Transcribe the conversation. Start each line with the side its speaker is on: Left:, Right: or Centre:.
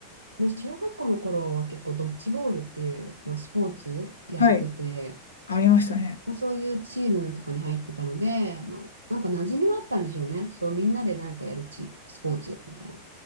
Right: まあ、小学校の頃は結構ドッジボールっていう、まあ、スポーツやってて、
Left: はい。ありましたね。
Right: まあ、そういうチームとかに入ってたので、まあ、なんか馴染みはあったんでしょうね。そう、みんなでなんかやるチ、スポーツみたいな。